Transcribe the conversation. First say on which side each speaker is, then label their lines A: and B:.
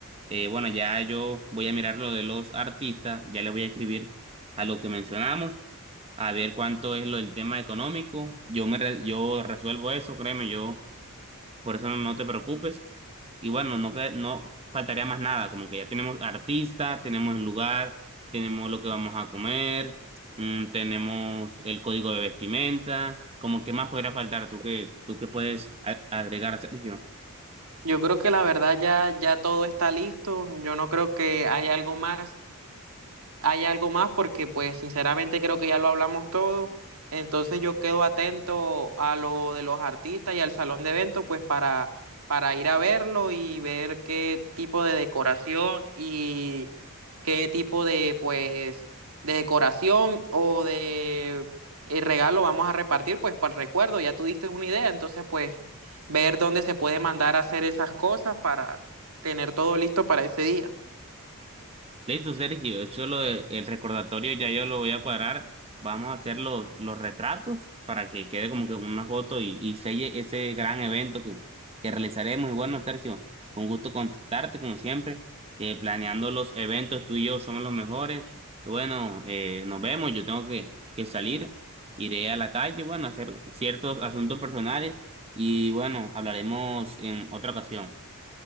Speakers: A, on the right (about 25°); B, on the right (about 70°).
A: Eh, bueno, ya yo voy a mirar lo de los artistas, ya le voy a escribir a lo que mencionamos, a ver cuánto es lo del tema económico. Yo me re- yo resuelvo eso, créeme, yo por eso no, no te preocupes. Y bueno, no, cre- no faltaría más nada, como que ya tenemos artista, tenemos el lugar, tenemos lo que vamos a comer, mm, tenemos el código de vestimenta, como que más podría faltar, tú que tú que puedes a- agregar, Sergio.
B: Yo creo que la verdad ya, ya todo está listo. Yo no creo que haya algo más hay algo más porque pues sinceramente creo que ya lo hablamos todo. Entonces yo quedo atento a lo de los artistas y al salón de eventos pues para, para ir a verlo y ver qué tipo de decoración y qué tipo de pues de decoración o de eh, regalo vamos a repartir pues para el recuerdo. Ya tú diste una idea, entonces pues ver dónde se puede mandar a hacer esas cosas para tener todo listo para ese día.
A: Listo, Sergio, eso es lo de- el recordatorio, ya yo lo voy a cuadrar. Vamos a hacer los, los retratos para que quede como que una foto y, y selle ese gran evento que, que realizaremos. Y bueno, Sergio, un gusto contactarte como siempre, eh, planeando los eventos, tú y yo somos los mejores. Y bueno, eh, nos vemos, yo tengo que, que salir, iré a la calle, bueno, a hacer ciertos asuntos personales y bueno, hablaremos en otra ocasión.